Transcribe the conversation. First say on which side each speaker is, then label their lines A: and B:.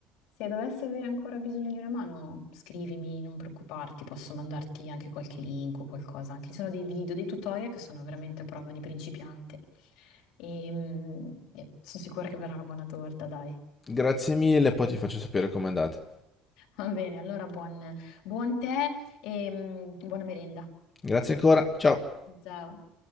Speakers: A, on the left; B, on the left.
A: Se dovessi avere ancora bisogno di una mano, scrivimi, non preoccuparti, posso mandarti anche qualche link o qualcosa. Anche ci sono dei video, dei tutorial che sono veramente a prova di principiante. E, mm, e sono sicura che verrà una buona torta, dai.
B: Grazie mille, poi ti faccio sapere com'è andata.
A: Va bene, allora buon, buon tè e mm, buona merenda.
B: Grazie ancora, ciao.
A: Ciao.